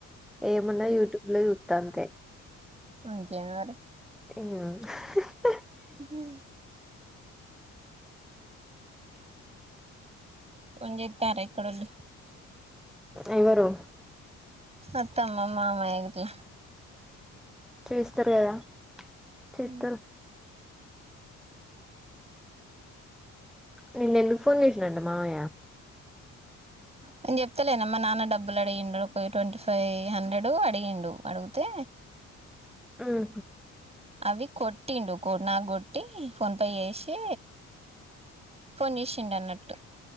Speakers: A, in the centre; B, on the right (about 20°).
A: ఏమన్న యూట్యూబ్ లో దంతే
B: ఇంకేమి మరి
A: అ హ్ హ్
B: ఉహ ఫోన్ చేత్తార ఇక్కడోళ్ళు
A: ఎవ్వరు
B: అత్త అమ్మమ్మ మా మామయ్య ఏంటి
A: చేస్తార్ కదా చేత్తరు
B: అ
A: నిన్న ఎందుకు ఫోన్ చేసిండంట మావయ్య
B: నే న్ చెప్తలేనామ్ మా నాన్న డబ్బులు అడిగిండు ట్వంటీ ఫైవ్ హండ్రెడు అడిగిండు అడిగితే
A: ఆహ
B: అవి కొట్టిండు నాకు కొట్టి ఫోన్ పే చేసి ఫోన్ చేసిండు అన్నట్టు